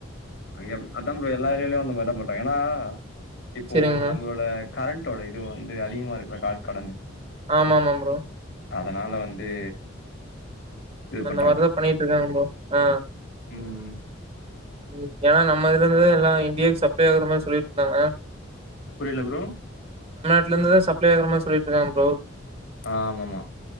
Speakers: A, on the left (about 70°); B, on the right (about 30°).
A: அ அதான் ப்ரோ எல்லா ஏரியாலயும் அந்த மாதிரி சொல்றாங்க ஏன்னா இப்போ
B: சேரிங்க ப்ரோ.
A: நம்மளோட கரண்டோட இது வந்து அதிகமா இருக்குல டாட்கடனு
B: ஆம் ஆமா ப்ரோ
A: அதனால வந்து இது
B: அந்த
A: பண்றாங்க
B: மாதிரிதான் பண்ணிட்டு இருக்காங்க ப்ரோ ஆஹ்
A: ம்
B: உம் ஏன்னா நம்ம இதுல இருந்து எல்லாம் இந்தியாவுக்கு சப்ளை ஆகுற மாதிரி சொல்லிட்டு இருந்தாங்க
A: புரியல ப்ரோ
B: இல்ல இதுலயிருந்து தான் சப்ளை ஆகுற மாதிரி சொல்லிட்டு இருந்தாங்க புரோ
A: ஆமமா